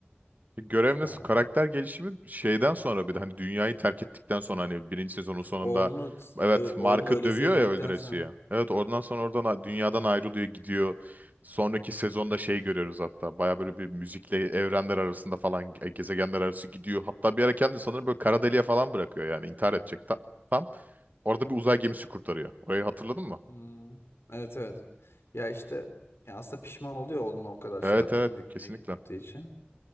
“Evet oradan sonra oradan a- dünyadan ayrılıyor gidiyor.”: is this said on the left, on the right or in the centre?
Right